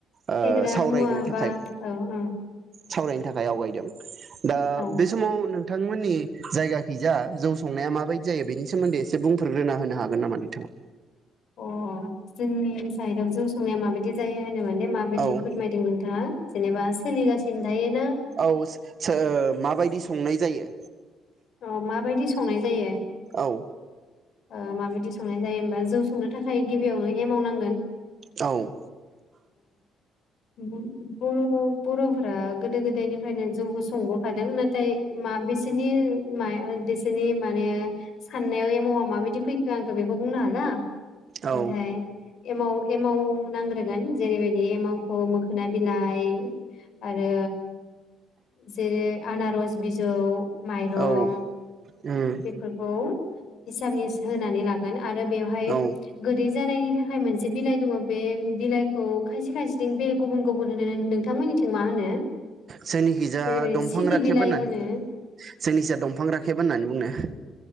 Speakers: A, on the right; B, on the left.
A: ओ
B: फेग्रा
A: सावरायनो
B: मुवा
A: थाखाय
B: बा औ औ
A: सावरायनो थाखाय आवगायदों। दा
B: औ
A: बे समाव नों थांमोननि जायगाखैजा जौ संनाया माबायदि जायो बेनि सोमोन्दै एसे बुंफोरोग्रोना होनो हागोन नामा नोंथाङा?
B: अ जोंनि साइदाव जौ संनाया माबायदि जायो नो माने माबायदि
A: औ
B: फोरमायदों नोंथाङा जेनेबा सोलिगासिनो थायोना
A: औ सो माबायदि संनाय जायो?
B: औ माबायदि संनाय जायो?
A: औ
B: ओ माबायदि संनाय जायो होनबा जौ संनो थाखाय गिबियावनो एमाव नां
A: औ
B: <unintelligible> ओ बर' बर'फोरा गोदो गोदायनिफ्रायनो जौखौ संबोखादों नाथाय मा बिसोरनि माय बिसोरनि माने साननायाव एमावा माबायदि फैखो आंथ' बेखौ बुंनो हाला
A: औ
B: नाथाय एमाव एमाव नांग्रोगोन जेरैबायदि एमावखौ मोखोना बिलाइ आरो जेरै आनारस बिजौ रं
A: औ उम
B: बेफोरखौ हिसाबनि होनानै लागोन आरो बेवहाय
A: औ
B: गोदै जानायनि थाखाय मोनसे बिलाइ दङ बे बिलाइखौ खायसे खायसेथिं बेल गुबुन गुबुन होनो नोंथांमोननिथिं मा होनो
A: जोंनिखिजा
B: जेरैबायदि
A: दंफां
B: सिनि
A: राखेब
B: बिलाइ
A: होनना
B: होनो
A: जोंनिसा दंफां राखेब होननानै बुंनो